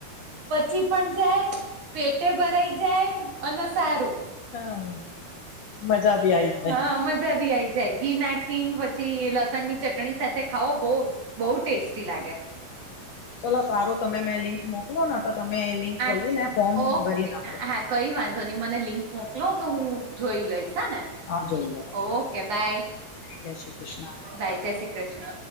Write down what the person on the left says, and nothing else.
હા મજા બી આઈ જાય
ચલો સારું તમે મેં લિંક મોકલો ને તો તમે લિંક
ખોલીને ફોર્મ
ભરી નાખો
હા જોઈ લો તમે
જય શ્રી કૃષ્ણ